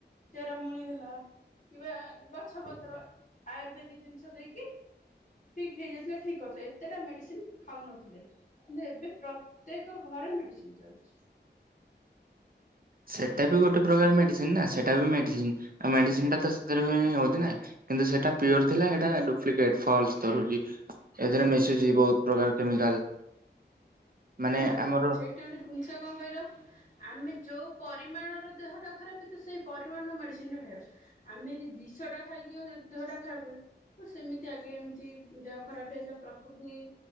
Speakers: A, on the left; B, on the right.
A: ଚେରମୁଳି ହେଲା। କିବା ଗଛ ପତ୍ର ଆୟୁର୍ବେଦିକ ଜିନିଷ ଦେଇକି ଠିକ ହେଇଯାଇଥିଲେ ଠିକ କରିଥିଲେ ଏତେଟା ମେଡିସିନ ଖାଉନଥିଲେ। କିନ୍ତୁ ଏବେ ପ୍ରତ୍ୟେକ ଘରେ ମେଡିସିନ ଚାଲିଛି।
B: ସେଟା ବି ଗୋଟେ ପ୍ରକାର ମେଡିସିନ ନା ସେଟା ବି ମେଡିସିନ ଆଉ ମେଡିସିନ ଟା ତ ସେଥିରେ ହଉଛି ନାଁ। କିନ୍ତୁ ସେଟା ପିଓର ଥିଲା ଏଇଟା ଡୁପ୍ଲିକେଟ ଫଲସ ଧରୁଛି। ଏଥିରେ ମିଶୁଛି ବହୁତ ପ୍ରକାର କେମିକାଲ। ମାନେ
A: ନା ନା
B: ଆମର
A: ସେଇଠି ଗୋଟେ ଜିନିଷ କଣ କହିଲ। ଆମେ ଯୋଉ ପରିମାଣର ଦେହ ଟା ଖରାପ ତ ସେଇ ପରିମାଣର ମେଡିସିନ ଟା ଖାଇବା କଥା। ଆମେ ଯଦି ବିଷ ଟା ଖାଇକି ଦେହ ଟା ଖରାପ କରିବା। ହ ସେମିତି ଆଗେ ଏମିତି ଦେହ ଖରାପ ହେଇଥିଲା ପ୍ରକୃତି